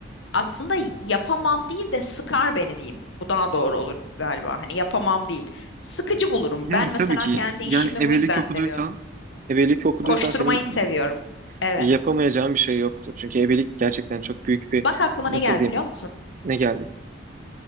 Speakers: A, on the left (about 75°); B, on the right (about 45°).
A: Aslında yapamam değil de sıkar beni diyeyim. Bu daha doğru olur galiba. Hani yapamam değil. Sıkıcı bulurum.
B: Yani
A: Ben
B: tabii
A: mesela
B: ki
A: kendi
B: yani
A: işimi
B: ebelik
A: bu yüzden
B: okuduysan
A: seviyorum.
B: ebelik okuduysan
A: Koşturmayı
B: seni
A: seviyorum. Evet.
B: yapamayacağın bir şey yoktur. Çünkü ebelik gerçekten çok büyük bir
A: Bak aklıma
B: nasıl
A: ne geldi
B: diyeyim
A: biliyor musun?
B: ne geldi?